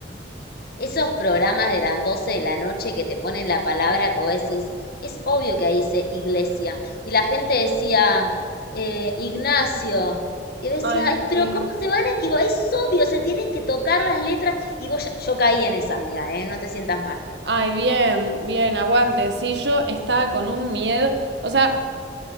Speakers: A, on the left; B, on the right.
A: Esos programas de las 12 de la noche que te ponen la palabra que vos decís, es obvio que ahí dice iglesia. Y la gente decía, eh, Ignacio. Y decía,
B: Ay,
A: ay, pero
B: sí.
A: ¿cómo se van a equivocar? Es obvio, se tienen que tocar las letras. Y vos, ya- yo caí en esa, amiga, ¿eh? No te sientas mal.
B: Ay, bien, bien, aguante. Sí, yo estaba con un miedo. O sea,